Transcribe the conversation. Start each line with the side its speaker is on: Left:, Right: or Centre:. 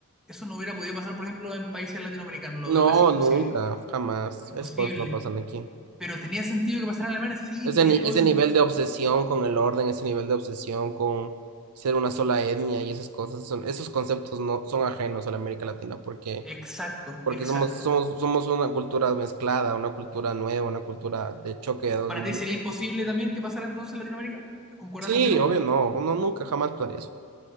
Centre: Eso no hubiera podido pasar, por ejemplo, en países latinoamericanos. Lo
Right: No,
Centre: veo casi imposible.
Right: nunca, jamás.
Centre: Imposible.
Right: Es cosas no pasan aquí.
Centre: Pero tenía sentido que pasara en Alemania, sí,
Right: Ese,
Centre: tenía
Right: ni- ese
Centre: todo el sentido.
Right: nivel de obsesión con el orden, ese nivel de obsesión con ser una sola etnia y esas cosas, son, esos conceptos no son ajenos a la América Latina porque,
Centre: Exacto,
Right: porque
Centre: exacto.
Right: somos, somos, somos una cultura mezclada, una cultura nueva, una cultura de choque de dos
Centre: ¿Para
Right: mundos.
Centre: ti sería imposible también que pasara entonces en Latinoamérica? ¿Concuerdas
Right: Sí,
Centre: conmigo?
Right: obvio, no, uno nunca jamás pasaría eso.